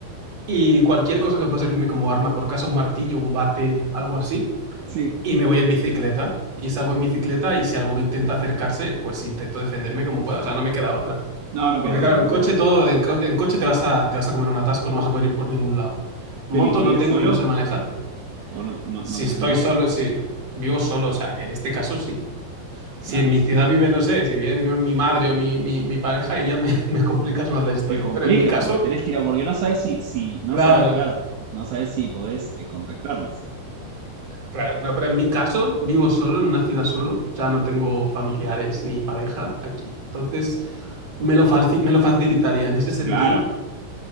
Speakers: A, on the right (about 40°); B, on the right (about 75°).
A: Y cualquier cosa que pueda servirme como arma por casa, un martillo, un bate, algo así.
B: sí.
A: Y me voy en bicicleta. Y salgo en bicicleta y si alguno intenta acercarse, pues intento defenderme como pueda. O sea, no me queda otra.
B: No, no
A: Porque
B: queda
A: claro,
B: otro,
A: en
B: no
A: coche
B: queda otro.
A: todo, en, co- en coche te vas a, te vas a comer un atasco, no vas a poder ir por ningún lado. Moto
B: ¿Pero y te irías
A: no tengo
B: solo?
A: y no sé manejar.
B: ¿O no, no,
A: Si
B: no tenés
A: estoy
B: a nadie?
A: solo, si vivo solo, o sea, que en este caso sí. Si
B: Claro.
A: en mi ciudad vive, no sé, si vive mi, mi madre o mi, mi, mi pareja, ella me, <laughs> me complicas más la historia.
B: Te complica
A: Pero en mi caso,
B: porque tenés que ir a... Porque no sabes si, si no
A: claro,
B: sabes, claro, no sabes si podés eh, contactarlos.
A: claro, no, pero en mi caso vivo solo, en una ciudad solo, o sea, no tengo familiares ni pareja aquí. Entonces, me lo, faci- me lo facilitaría en ese sentido.
B: Claro.